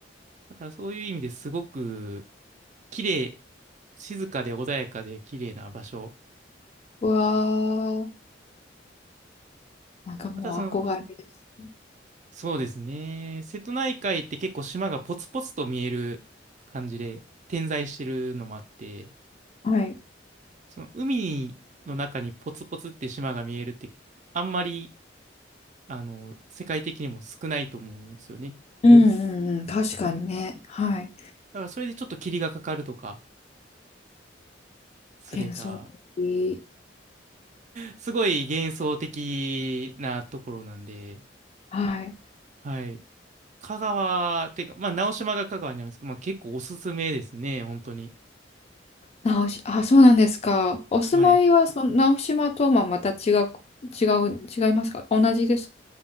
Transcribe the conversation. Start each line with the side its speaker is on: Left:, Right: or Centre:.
Right: だからそういう意味ですごく、綺麗、静かで穏やかで綺麗な場所。
Left: わー。なんかもう憧れです。
Right: またその、そうですね。瀬戸内海って結構島がポツポツと見える感じで点在してるのもあって、
Left: はい。
Right: その海の中にポツポツって島が見えるってあんまり、あの、世界的にも少ないと思うんですよね。
Left: うんうんうん。確かにね。
Right: そう。
Left: はい。
Right: だからそれでちょっと霧がかかるとかすれば、
Left: 幻想的。
Right: すごい幻想的なところなんで、
Left: はい。
Right: はい。香川、てか、まあ、直島が香川にあるんですけど、まあ、結構おすすめですね、本当に。
Left: 直し、あ、そうなんですか。お住まいは、
Right: はい。
Left: その、直島とはまた違う、違う、違いますか同じですか